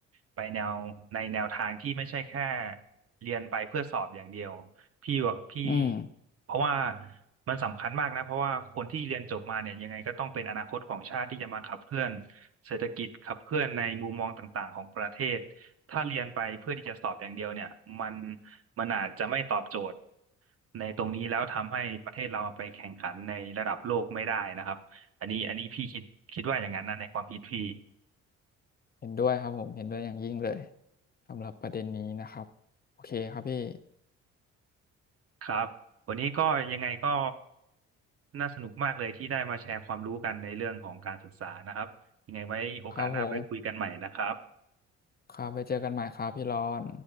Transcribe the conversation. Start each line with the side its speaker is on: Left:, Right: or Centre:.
Right: ไปแนวในแนวทางที่ไม่ใช่แค่เรียนไปเพื่อสอบอย่างเดียวพี่ว่าพี่
Left: อืม
Right: เพราะว่ามันสำคัญมากนะเพราะว่าคนที่เรียนจบมาเนี่ยยังไงก็ต้องเป็นอนาคตของชาติที่จะมาขับเคลื่อนเศรษฐกิจขับเคลื่อนในมุมมองต่างๆของประเทศถ้าเรียนไปเพื่อที่จะสอบอย่างเดียวเนี่ยมันมันอาจจะไม่ตอบโจทย์ ในตรงนี้แล้วทำให้ประเทศเราไปแข่งขันในระดับโลกไม่ได้นะครับอันนี้อันนี้พี่คิดคิดว่าอย่างนั้นนะในความคิดพี่
Left: เห็นด้วยครับผมเห็นด้วยอย่างยิ่งเลยสำหรับประเด็นนี้นะครับโอเคครับพี่
Right: ครับวันนี้ก็ยังไงก็น่าสนุกมากเลยที่ได้มาแชร์ความรู้กันในเรื่องของการศึกษานะครับยังไงไว้โอกาสหน้าไว้คุยกันใหม่นะครับ
Left: ครับผมครับไปเจอกันใหม่ครับพี่รอน